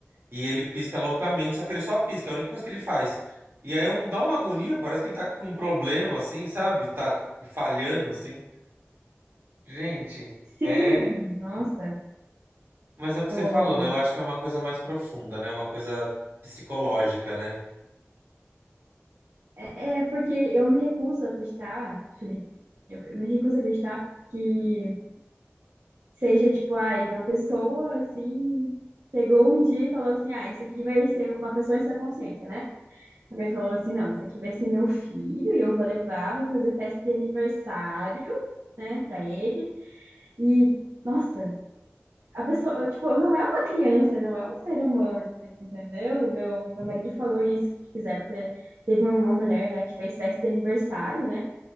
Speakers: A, on the right (about 55°); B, on the right (about 75°).
A: E ele pisca loucamente, só que ele só pisca, é a única coisa que ele faz. E aí é um- dá uma agonia, parece que ele tá com um problema, assim, sabe? Tá falhando, assim. Gente,
B: Sim,
A: é.
B: nossa.
A: Mas é o que
B: O-
A: você falou, né? Eu acho que é uma coisa mais profunda, né? Uma coisa psicológica, né?
B: É é porque eu me recuso a acreditar, Felipe. Eu me recuso a acreditar. que seja tipo, ai, uma pessoa assim, pegou um dia e falou assim: ah, esse aqui vai ser uma pessoa em sã consciência, né? Alguém falou assim: não, esse aqui vai ser meu filho e eu vou levar, vou fazer festa de aniversário, né, pra ele. E, nossa, a pessoa, tipo, não é uma criança, não é um ser humano, entendeu? O Meu, meu marido falou isso, que fizeram, te- teve uma, uma mulher lá que fez festa de aniversário, né?